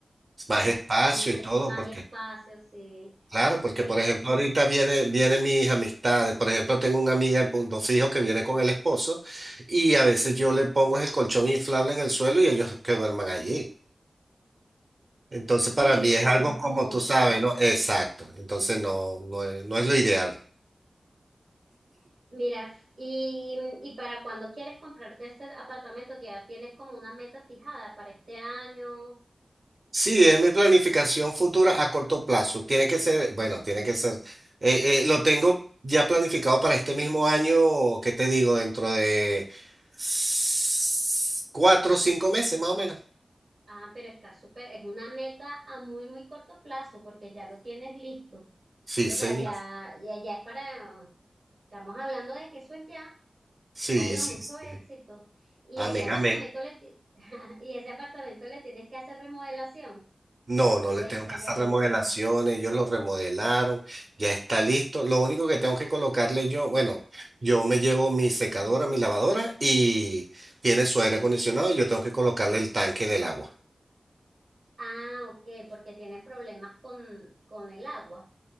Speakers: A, on the right; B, on the right.
A: Es Más espacio
B: ¿cómo se
A: y todo,
B: llama? Más
A: porque
B: espacio, sí.
A: Claro,
B: Sí,
A: porque por ejemplo ahorita viene, vienen mis amistades, por ejemplo tengo una amiga en Punto Fijo que viene con el esposo y a veces yo le pongo el colchón inflable en el suelo y ellos que duerman allí. Entonces
B: sí,
A: para mí
B: pero
A: es
B: es
A: algo
B: incómodo.
A: como tú sabes, ¿no? Exacto, entonces no, no es, no es lo ideal.
B: Mira, y, y para cuando quieres comprarte este apartamento, ya tienes como una meta fijada para este año.
A: Sí, es mi planificación futura a corto plazo. Tiene que ser, bueno, tiene que ser, eh, eh, lo tengo ya planificado para este mismo año, ¿qué te digo? Dentro de s- cuatro o cinco meses más o menos.
B: Ah, pero está súper, es una meta a muy, muy corto plazo porque ya lo tienes listo.
A: Sí,
B: O
A: señor.
B: sea, ya, ya, ya es para, estamos hablando de que eso es ya.
A: Sí,
B: Bueno,
A: sí,
B: mucho
A: sí.
B: éxito. Y
A: Amén,
B: ese apartamento
A: amén.
B: le, ti- <laughs> y ese apartamento le tienes que hacer remodelación
A: No,
B: o
A: no le
B: está
A: tengo que hacer
B: ya listo.
A: remodelaciones, ellos lo remodelaron, ya está listo. Lo único que tengo que colocarle yo, bueno, yo me llevo mi secadora, mi lavadora y tiene su aire acondicionado y yo tengo que colocarle el tanque del agua.
B: Ah, ok, porque tienen problemas con, con el agua.